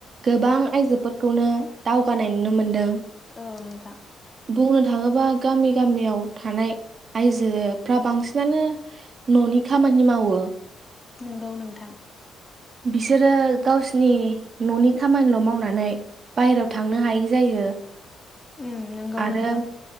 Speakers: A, on the right; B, on the left.
A: गोबां आइजोफोरखौनो दावगानाय नुनो मोनदों।
B: औ नोंथां।
A: बुंनो थाङोबा गामि गामियाव थानाय आइजोफ्रा बांसिनानो न'नि खामानि मावो
B: नोंगौ नोंथां।
A: बिसोरो गावसिनि न'नि खामानिल' मावनानै बायेरायाव थांनो हायै जायो।
B: उम नंगौ
A: आरो
B: नोंथां